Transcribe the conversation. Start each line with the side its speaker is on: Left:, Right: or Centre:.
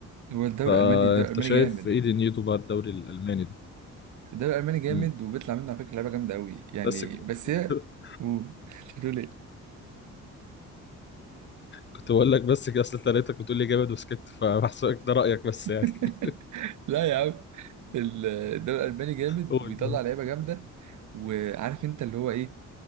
Right: هو الدوري
Left: فانت
Right: الألماني الدوري الألماني
Left: شايف
Right: جامد
Left: ايه دنيته بقى الدوري الالماني ده
Right: الدوري الألماني جامد
Left: مم.
Right: وبيطلع منه على فكرة لعيبة جامدة أوي يعني
Left: بس <laughs>
Right: بس هي قول <laughs> هتقول إيه
Left: كنت بقول لك بس كده اصل انت لقيتك بتقول لي جامد وسكت فبحسبك ده رايك بس يعني
Right: <laughs>
Left: <laughs>
Right: لا يا عم ال- الدوري الألماني جامد
Left: قول
Right: وبيطلع
Left: قول.
Right: لعيبة جامدة وعارف أنت اللي هو إيه